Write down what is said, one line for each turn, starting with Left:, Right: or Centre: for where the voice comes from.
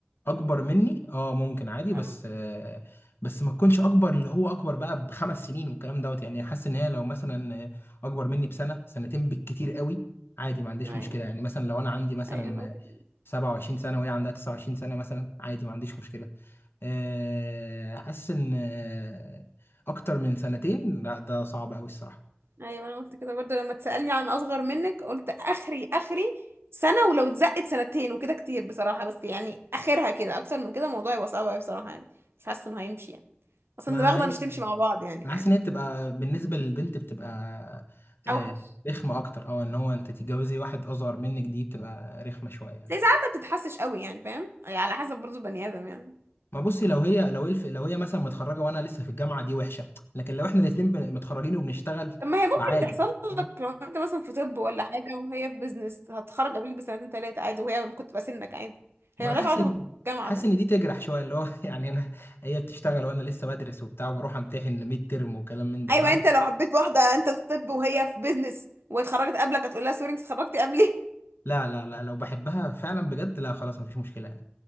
Left: اكبر مني اه ممكن عادي
Right: اه
Left: بس آه بس ما تكونش اكبر اللي هو اكبر بقى بخمس سنين والكلام دوت يعني حاسس ان هي لو مثلا اكبر مني بسنه سنتين بالكتير قوي عادي ما عنديش
Right: ايوه
Left: مشكله يعني مثلا لو انا عندي مثلا
Right: ايوه انا قلت كده
Left: 27 سنه وهي عندها 29 سنه مثلا عادي ما عنديش مشكله آه، حاسس ان آه، اكتر من سنتين لا ده صعب قوي الصراحه
Right: ايوه انا قلت كده برضو لما تسالني عن اصغر منك قلت اخري اخري سنه ولو اتزقت سنتين وكده كتير بصراحه بس يعني اخرها كده اكتر من كده الموضوع يبقى صعب قوي بصراحه يعني مش حاسه انه هيمشي يعني اصلا
Left: ما
Right: دماغنا
Left: هي
Right: مش تمشي مع بعض يعني
Left: انا
Right: فاهم
Left: حاسس ان هي بتبقى بالنسبه للبنت بتبقى آه،
Right: اوحش
Left: رخمه اكتر او ان هو انت تتجوزي واحد اصغر منك دي بتبقى رخمه شويه يعني
Right: زي ساعات ما بتتحسش قوي يعني فاهم يعني على حسب برضو بني ادم يعني
Left: ما بصي لو هي لو هي الف- لو هي مثلا متخرجه وانا لسه في الجامعه دي وحشه لكن لو احنا الاثنين بن- متخرجين وبنشتغل
Right: طب ما هي ممكن
Left: فعادي
Right: تحصل
Left: فاهم؟
Right: لك لو انت مثلا في طب ولا حاجه وهي في بيزنس هتخرج قبلك بسنتين ثلاثه عادي وهي ممكن تبقى سنك عادي
Left: ما
Right: هي
Left: انا
Right: مالهاش
Left: حاسس
Right: علاقه
Left: ان
Right: بالجامعه
Left: حاسس
Right: فاهم
Left: ان دي تجرح شويه اللي هو <laughs> يعني انا هي بتشتغل وانا لسه بدرس وبتاع وبروح امتحن ميد ترم وكلام من ده
Right: ايوه
Left: فاهم
Right: انت لو حبيت واحده انت في طب وهي في بيزنس واتخرجت قبلك هتقول لها سوري انت اتخرجتي قبلي
Left: لا لا لا لو بحبها فعلا بجد لا خلاص مفيش مشكلة